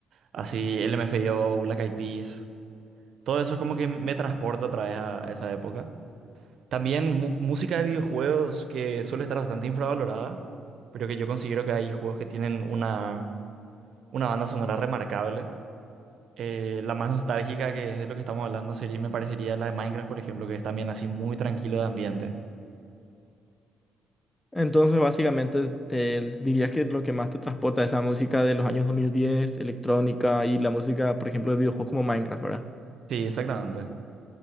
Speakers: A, on the right; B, on the left.
A: Así LMFAO, Black Eyed Peas, todo eso es como que me transporta otra vez a, a esa época. También mu- música de videojuegos que suele estar bastante infravalorada, pero que yo considero que hay juegos que tienen una, una banda sonora remarcable. eh, la más nostálgica que es de lo que estamos hablando sería, me parecería la de Minecraft, por ejemplo, que es también así muy tranquilo de ambiente.
B: Entonces, básicamente, te dirías que lo que más te transporta es la música de los años 2010, electrónica y la música, por ejemplo, de videojuegos como Minecraft, ¿verdad?
A: Sí, exactamente.